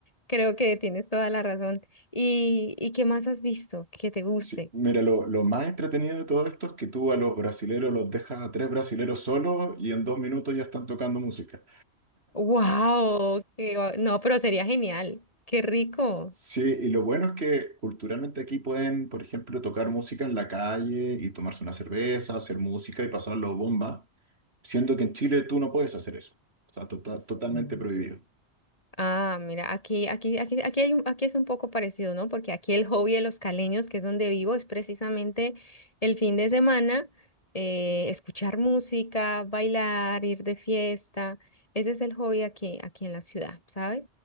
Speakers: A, on the left; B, on the right.
A: creo que tienes toda la razón. ¿Y, y qué más has visto que te guste?
B: Sí, mira, lo, lo más entretenido de todo esto es que tú a los brasileros los dejas a tres brasileros solos y en dos minutos ya están tocando música.
A: Wow, no, pero sería genial. Qué rico.
B: Sí, y lo bueno es que culturalmente aquí pueden, por ejemplo, tocar música en la calle y tomarse una cerveza, hacer música y pasarlo bomba, siendo que en Chile tú no puedes hacer eso. O sea, tota- totalmente
A: Mm.
B: prohibido.
A: Ah, mira, aquí, aquí, aquí, aquí hay, un- aquí es un poco parecido, ¿no? Porque aquí el hobby de los caleños, que es donde vivo, es precisamente el fin de semana, eh, escuchar música, bailar, ir de fiesta. Ese es el hobby aquí, aquí en la ciudad, ¿sabes?